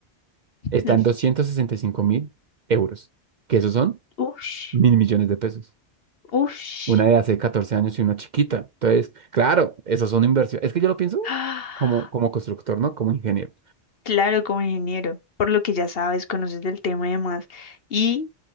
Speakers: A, on the right; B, on the left.
A: Está
B: mm,
A: en doscientos sesenta y cinco mil euros, que esos son
B: Ush,
A: mil millones de pesos.
B: ush.
A: Una de hace 14 años y una chiquita. Entonces, claro, esos son inversión. Es que yo lo pienso
B: Ah,
A: como, como constructor, ¿no? Como ingeniero.
B: claro, como ingeniero. Por lo que ya sabes, conoces del tema y demás. Y